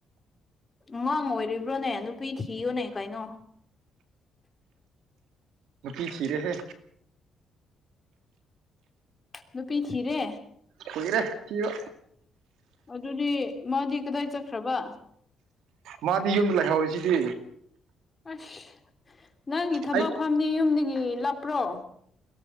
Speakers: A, on the left (about 25°); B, on the right (about 85°).
A: ꯑꯉꯥꯡ ꯑꯣꯏꯔꯤꯕ꯭ꯔꯣꯅꯦ ꯅꯨꯄꯤ ꯊꯤꯌꯣꯅꯦ ꯀꯩꯅꯣ
B: ꯅꯨꯄꯤ ꯊꯤꯔꯦ ꯍꯦ
A: ꯅꯨꯄꯤ ꯊꯤꯔꯦ
B: ꯀꯨꯏꯔꯦ ꯊꯤꯕ
A: ꯑꯗꯨꯗꯤ ꯃꯥꯗꯤ ꯀꯗꯥꯏ ꯆꯠꯈ꯭ꯔꯕ
B: ꯃꯥꯗꯤ ꯌꯨꯝꯗ ꯂꯩꯍꯧꯔꯤꯖꯤꯗꯤ
A: ꯑꯁ ꯅꯪꯒꯤ ꯊꯕꯛ
B: ꯑꯩ
A: ꯐꯝꯗꯤ ꯌꯨꯝꯗꯒꯤ ꯂꯥꯞꯄ꯭ꯔꯣ